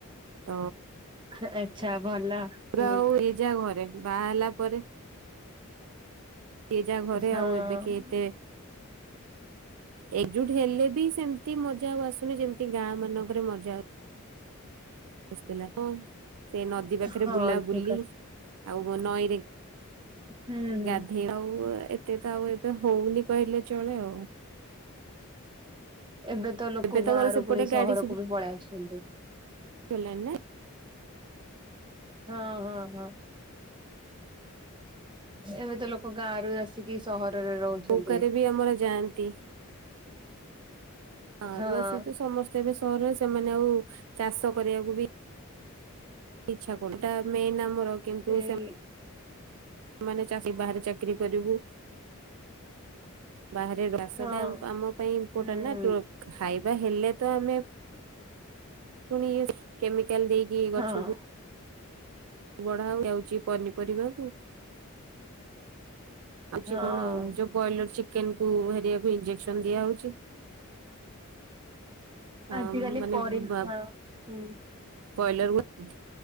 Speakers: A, on the right; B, on the right.
A: ତ
B: ହୁଁ ଆଚ୍ଛା ଭଲ।
A: ପୁରା
B: ହୁଁ
A: ଆଉ ଏଇ ଯା ଘରେ ବାହା ହେଲା ପରେ ଦି ଯା ଘରେ
B: ହଁ
A: ଆଉ ଏବେ କିଏ କିଏ? ଏକଜୁଟ୍ ହେଲେ ବି ସେମତି ମଜା ଆଉ ଆସୁନି ଯେମିତି ଗାଁ ମାନଙ୍କରେ ମଜା ଆ। ଆସଥେଲା ତ ସେ ନଦୀ ପାଖରେ
B: ହଁ
A: ବୁଲା ବୁଲି
B: ଠିକ କଥା
A: ଆଉ ମୋ ନଈରେ
B: ହୁଁ।
A: ଗାଧେଇବା ଆଉ ଏତେ ତ ଆଉ ଏବେ ହଉନି କହିଲେ ଚଳେ ଆଉ।
B: ଏବେ ତ ଲୋକ
A: ଏବେ ତମର
B: ଗାଁ
A: ସେପଟେ
B: ରୁ ପୁଣି
A: ଗାଡି
B: ସହରକୁ ବି ପଳେଇ ଆସୁଛନ୍ତି।
A: ଓଲାନ ନାଇ।
B: ହଁ ହଁ ହଁ। ଏବେ ତ ଲୋକ ଗାଁରୁ ଆସ୍ ତିକି ସହରରେ ରହୁଛନ୍ତି।
A: ନୌକାରେ ବି ଆମର ଯାଆନ୍ତି ଆଁ
B: ହଁ।
A: ରୁ ଆସିକି ସମସ୍ତେ ଏବେ ସହରରେ ସେମାନେ ଆଉ ଚାଷ କରିବାକୁ ବି ଇଛା କରୁନାନ୍ତି। ଯୋଟା ମେନ୍ ଆମର କିନ୍ତୁ
B: ସେଇ
A: ସେ ମାନେ ଚାଷୀ ବାହାରେ ଚାକିରି କରିବୁ। ବାହାରେ ବାସଟା
B: ହଁ
A: ଆମ୍ ଆମ ପାଇଁ ଇମ୍ପୋର୍ଟାଣ୍ଟ
B: ହୁଁ
A: ନା ପ୍ରୋ ଖାଇବା ହେଲେ ତ ଆମେ ପୁଣି ଏଫ୍ କେମିକାଲ ଦେଇକି
B: ହଁ।
A: ଗଛକୁ ବଢା ହଉ ହେଉଚି ପନିପରିବାକୁ ଆଜି
B: ହଁ
A: କଣ ଯୋଉ ବଏଲର୍ ଚିକେନ୍ କୁ ହେରିଆକୁ ଇଞ୍ଜେକ୍ସନ୍ ଦିଆ ହଉଚି
B: ଆଜିକାଲି
A: ଆଁ ମାନେ
B: ପରି
A: ବା
B: ହଁ ହୁଁ।
A: ପଏଲର୍ ହୁଅନ୍ତି?